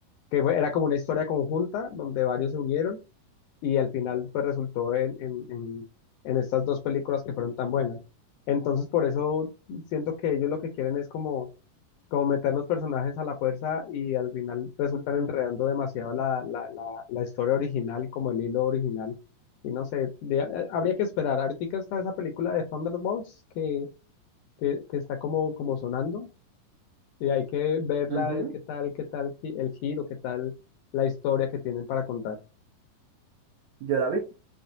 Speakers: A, on the left (about 80°); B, on the right (about 75°).
A: que fue- era como una historia conjunta donde varios se unieron y al final pues resultó en, en, en, en estas dos películas que fueron tan buenas. Entonces por eso siento que ellos lo que quieren es como, como meter los personajes a la fuerza y al final resultan
B: mm,
A: enredando demasiado la, la, la, la historia original, como el hilo original. Y no sé, de- eh, habría que esperar. Ahorita está esa película de Thunderbolts que, que, que está como, como sonando. Y hay que verla,
B: ujú.
A: a ver qué tal, qué tal gi- el giro, qué tal la historia que tienen para contar.
B: Yo la vi,